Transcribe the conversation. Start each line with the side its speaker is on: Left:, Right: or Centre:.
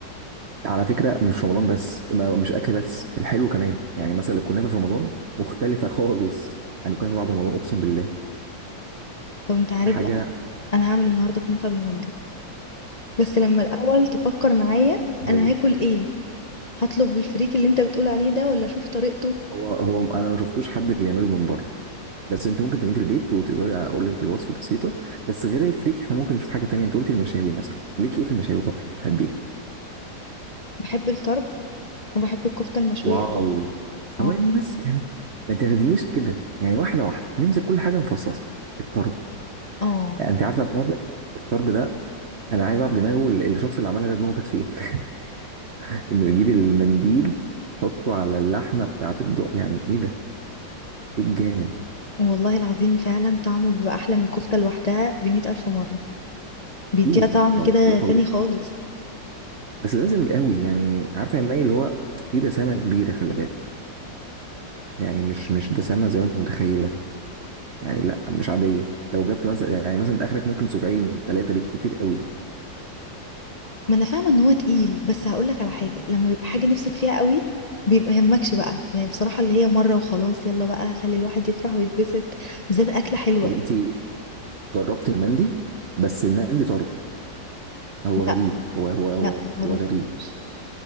Right: على فكرة مش رمضان بس ما- مش أكل بس الحلو كمان يعني مثلا الكنافة في رمضان مختلفة خالص عن الكنافة بعد رمضان أقسم بالله
Left: طب أنت عارف
Right: دي حاجة
Left: بقى أنا هعمل النهاردة كنافة بالمانجا بس لما الأول تفكر معايا
Right: جامد
Left: أنا هاكل إيه هطلب بالفريك اللي أنت بتقول عليه ده ولا أشوف طريقته
Right: هو هو أنا ما شفتوش حد بيعمله من بره بس أنت ممكن تعمليه في البيت وتقدري أقول لك الوصفة بسيطة بس غير الفريك إحنا ممكن نشوف حاجة تانية أنت قلت المشاوي مثلا ليك إيه في المشاوي طب بتحبيه
Left: بحب الطرب وبحب الكفتة المشوية
Right: واو
Left: أوي
Right: ثواني
Left: اه
Right: بس يعني ما تاخدنيش كده يعني واحدة واحدة نمسك كل حاجة مفصصة الطرب
Left: اه
Right: أنت عارفة في مرة الطرب ده انا عايز اعرف دماغه ال- الشخص اللي عملها ده دماغه كانت فين <laughs> انه يجيب المنديل يحطه على اللحمه بتاعه الض يعني ايه ده ايه الجامد ده
Left: والله العظيم فعلا طعمه بيبقى أحلى من الكفتة لوحدها بمئة ألف مرة بيديها
Right: اكيد
Left: طعم
Right: ما
Left: كده
Right: ده ده طبيعي
Left: تاني خالص
Right: بس ده دسم قوي يعني عارفه يا مي اللي هو في دسامه كبيره خلي بالك يعني مش مش دسامه زي ما انت متخيله يعني لا مش عاديه لو جبت مثلا يعني مثلا انت اخرك ممكن سبعين ثلاثه بالكتير قوي
Left: ما انا فاهمه ان هو تقيل بس هقول لك على حاجه لما بيبقى حاجه نفسك فيها قوي بيبقى يهمكش بقى يعني بصراحه اللي هي مره وخلاص يلا بقى خلي الواحد يفرح ويتبسط بالذات اكله حلوه
Right: طب انت جربت المندي بس المندي طرب هو غريب
Left: لا
Right: هو هو هو
Left: لا ما
Right: هو
Left: جربتوش
Right: غريب